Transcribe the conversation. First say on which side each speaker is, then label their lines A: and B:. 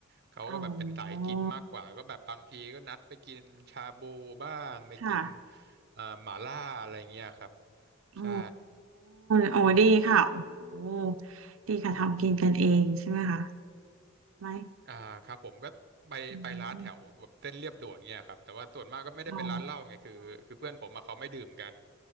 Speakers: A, on the right; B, on the right.
A: เขาก็แบบเป็นสายกินมากกว่าก็แบบบางทีก็นัดไปกินชาบูบ้างไปกิน
B: อ๋อค่ะ
A: เอ่อหม่าล่าอะไรเงี้ยครับ
B: อ๋อ
A: ใช่
B: โอ้ดีค่ะโอ้ดีค่ะทำกินกันเองใช่ไหมคะไหม
A: อ่าครับผมก็ไปไปร้านแถวแบบเส้นเรียบด่วนเงี้ยครับแต่ว่าส่วนมากก็ไม่ได้เป็นร้านเหล้าไงคือคือเพื่อนผมอะเขาไม่ดื่มกัน
B: อมอ๋อ